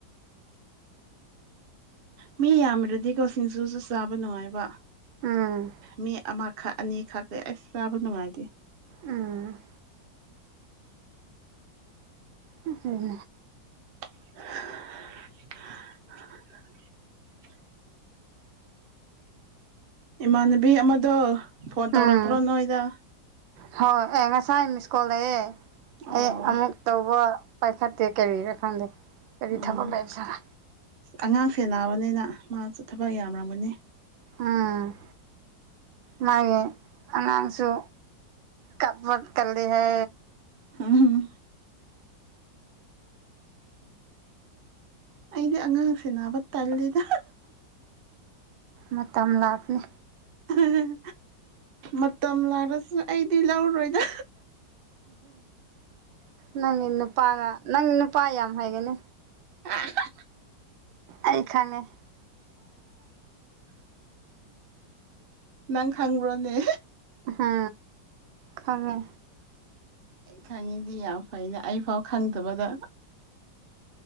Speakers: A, on the right (about 55°); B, on the right (about 80°).
A: ꯃꯤ ꯌꯥꯝꯗ꯭ꯔꯗꯤꯀꯣ ꯁꯤꯡꯖꯨꯁꯨ ꯆꯥꯕ ꯅꯨꯡꯉꯥꯏꯕ
B: ꯎꯝ
A: ꯃꯤ ꯑꯃ ꯈꯛ ꯑꯅꯤ ꯈꯛꯇꯦ ꯑꯩꯁ ꯆꯥꯕ ꯅꯨꯡꯉꯥꯏꯇꯦ
B: ꯎꯝ ꯎ ꯎꯝ
A: ꯍꯥ ꯏꯃꯥꯟꯅꯕꯤ ꯑꯃꯗꯣ ꯐꯣꯟ
B: ꯎꯝ
A: ꯇꯧꯔꯛꯇ꯭ꯔꯣ ꯅꯣꯏꯗ
B: ꯍꯣꯏ ꯑꯦ ꯉꯁꯥꯏ ꯃꯤꯁꯀꯣꯜ ꯂꯩꯑꯦ
A: ꯑꯣ
B: ꯑꯩ ꯑꯃꯨꯛ ꯇꯧꯕ ꯄꯥꯏꯈꯠꯇꯦ ꯀꯔꯤꯔ ꯈꯪꯗꯦ ꯀꯔꯤ
A: ꯎꯝ
B: ꯊꯕꯛ ꯂꯩꯕꯖꯥꯔ
A: ꯑꯉꯥꯡ ꯁꯦꯟꯅꯕꯅꯤꯅ ꯃꯥꯁꯨ ꯊꯕꯛ ꯌꯥꯝꯔꯝꯒꯅꯤ
B: ꯎꯝ ꯃꯥꯒꯤ ꯑꯉꯥꯡꯁꯨ ꯀꯞꯄ ꯀꯜꯂꯤ ꯍꯦ
A: ꯍ ꯍ ꯑꯩꯗꯤ ꯑꯉꯥꯡꯁꯦꯟꯅꯕ ꯇꯜꯂꯤꯗ
B: ꯃꯇꯝ ꯂꯥꯛꯅꯤ
A: ꯎꯝ ꯃꯇꯝ ꯂꯥꯛꯔꯁꯨ ꯑꯩꯗꯤ ꯂꯧꯔꯣꯏꯗ
B: ꯅꯪꯒꯤ ꯅꯨꯄꯥꯒ ꯅꯪꯒꯤ ꯅꯨꯄꯥ ꯌꯥꯝ ꯍꯩꯒꯅꯤ
A: ꯑ ꯍꯥ-ꯍꯥ
B: ꯑꯩ ꯈꯪꯉꯦ
A: ꯅꯪ ꯈꯪꯕ꯭ꯔꯣꯅꯦ
B: ꯍꯥ ꯈꯪꯉꯦ
A: ꯈꯪꯉꯤꯗꯤ ꯌꯥꯝ ꯐꯩꯅꯦ ꯑꯩꯐꯥꯎ ꯈꯪꯗꯕꯗ